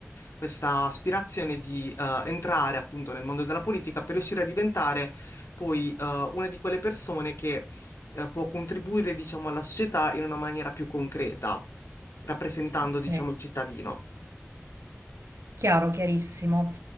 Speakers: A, on the left (about 70°); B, on the right (about 75°).
A: questa aspirazione di eh, entrare appunto nel mondo della politica per riuscire a diventare poi eh, una di quelle persone che eh, può contribuire, diciamo, alla società in una maniera più concreta, rappresentando,
B: Ok,
A: diciamo, il cittadino.
B: chiaro, chiarissimo.